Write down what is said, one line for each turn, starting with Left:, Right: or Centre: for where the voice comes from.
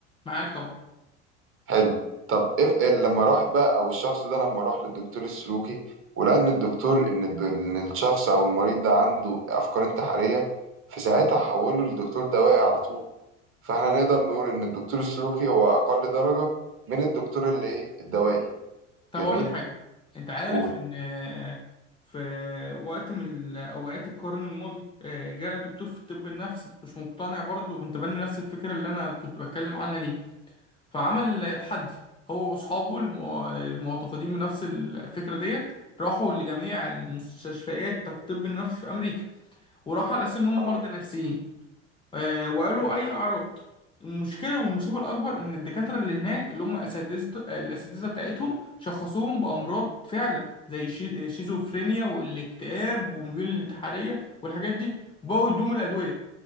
Left: معاك طبعا
Right: حلو طب اف إيه، لما راحت بقى او الشخص ده لما راح للدكتور السلوكي ولقى ان الدكتور ان الد- إن الشخص او المريض ده عنده افكار انتحاريه في ساعتها حوله للدكتور دوائي على طول فاحنا نقدر نقول ان الدكتور السلوكي هو اقل درجه من الدكتور اللي ايه الدوائي
Left: طب
Right: جميل
Left: أقول لك حاجة أنت عارف
Right: قول
Left: إن آه، في وقت من أوقات القرن الماضي آه، جاء دكتور في الطب النفسي مش مقتنع برضه وأنت بني نفس الفكرة اللي أنا كنت بتكلم عنها دي فعمل تحدي هو واصحابه المو- المعتقدين بنفس الفكرة ديت راحوا لجميع المستشفيات بتاعت الطب النفسي في امريكا وراحوا على اساس ان هم
Right: اه
Left: مرضى نفسيين آه، وقالوا اي اعراض المشكلة والمصيبة الأكبر إن الدكاترة اللي هناك اللي هم أساتذة الأساتذة بتاعتهم شخصوهم بأمراض فعلا زي الشي- الشيزوفرينيا والاكتئاب والميول الانتحارية والحاجات دي وبقوا يدوهم الأدوية